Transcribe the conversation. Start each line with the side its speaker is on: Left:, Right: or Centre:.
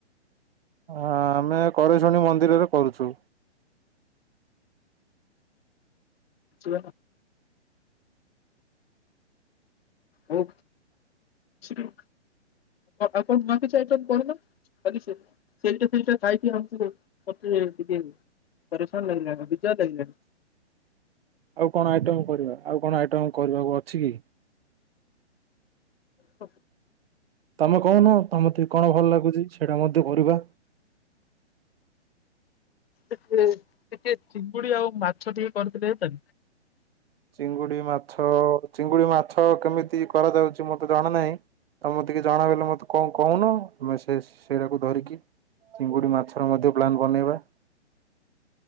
Right: ହଁ ଆମେ କରଶୁଣୀ ମନ୍ଦିରରେ କରୁଛୁ।
Left: ଯ ଆଉ ନିଉ ଆଇଟମ କିଛି କରୁନ। କ ସେ ସେଇଟା ସେଇଟା ଖାଇକି ଆ ମତେ ଟିକେ ପରିସାନ ଲାଗିଲାଣି। <inaudible>
Right: ଆଉ କଣ ଆଇଟମ କରିବା ଆଉ କଣ ଆଇଟମ କରିବାକୁ ଅଛି କି?
Left: ଓ
Right: ତମେ କହୁନ ତମ ଟେ କଣ ଭଲ ଲାଗୁଛି ସେଇଟା ମଧ୍ୟ କରିବା।
Left: ଟେ ଟିକେ ଚିଙ୍ଗୁଡି ଆଉ ମାଛ ଟିକେ କରିଥିଲେ ହେ
Right: ଚିଙ୍ଗୁଡି ମାଛ ଚିଙ୍ଗୁଡି ମାଛ କେମିତି କରାଯାଉଛି ମୋତେ ଜଣା ନାହିଁ। ଆମ ଟିକେ ଜଣା ବଲେ ମତେ କଣ କହୁନୁ ସେ ସେଇଟାକୁ ଧରିକି ଚିଙ୍ଗୁଡି ମାଛର ମଧ୍ୟ ପପ୍ଲାନ ବନେଇବା।